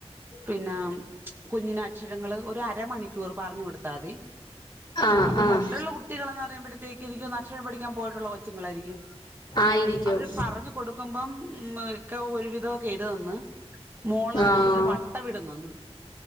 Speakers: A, on the right (about 20°); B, on the left (about 40°).
A: പിന്നെ കുഞ്ഞിന അക്ഷരങ്ങൾ ഒരു അരമണിക്കൂർ പറഞ്ഞു കൊടുത്താതി
B: ആഹ്
A: അപ്പൊ
B: ആഹ്
A: മറ്റുള്ള കുട്ടികൾന്ന് പറയുമ്പോഴത്തേക്ക്‌ എനക്ക് പഠിക്കാൻ പോയിട്ടുള്ള കൊച്ചുങ്ങളായിരിക്കും
B: ആയിരിക്കും
A: അവര് പറഞ്ഞു കൊടുക്കുമ്പം മക്ക ഒരു വിധൊക്കെ എരുതുന്നു മോളാണെങ്കില്
B: ആഹ്
A: വട്ട വിടുന്നന്ന്